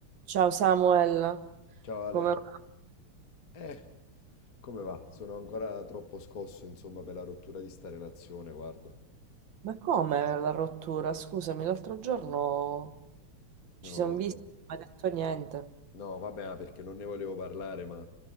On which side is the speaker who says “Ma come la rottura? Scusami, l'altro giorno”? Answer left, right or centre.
Right